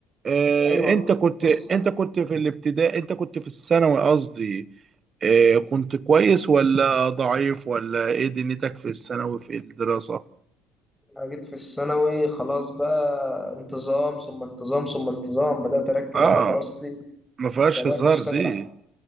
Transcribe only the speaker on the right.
آه،
انت كنت
انت كنت في الابتدائي انت كنت في الثانوي قصدي آه، كنت كويس ولا ضعيف ولا ايه دنيتك في الثانوي في الدراسة
اه
ما فيهاش
هزار
دي